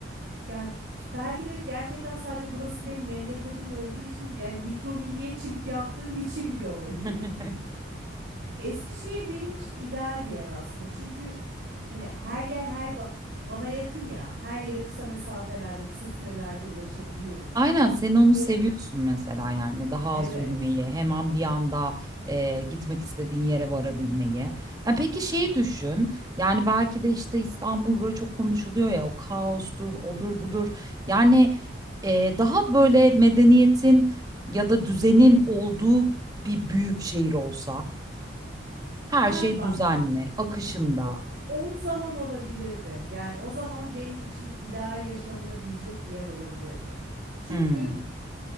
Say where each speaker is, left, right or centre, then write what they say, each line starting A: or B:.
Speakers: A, on the right (about 55°); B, on the right (about 20°).
A: yani belki de gerçekten sadece burası benim memleketim olduğu için yani mikro milliyetçilik yaptığım için bile olabilir.
B: <laughs>
A: Eskişehir benim için ideal bir yer aslında. Çünkü hani her yer her ba- bana yakın ya. Her yere kısa mesafelerde, kısa sürelerde ulaşabiliyorum.
B: Aynen sen onu
A: Ve
B: seviyorsun mesela yani daha
A: Evet.
B: az yürümeyi hemen bir anda e, gitmek istediğin yere varabilmeyi. Ya peki şeyi düşün yani belki de işte İstanbul böyle çok konuşuluyor ya o kaostur odur budur yani e, daha böyle medeniyetin ya da düzenin olduğu bir büyük şehir olsa her
A: Ha
B: şey
A: bak
B: düzenli akışında.
A: o o zaman olabilirdi. Yani o zaman benim için ideal yaşanılabilecek bir yer olabilirdi. Çünkü
B: Hmm.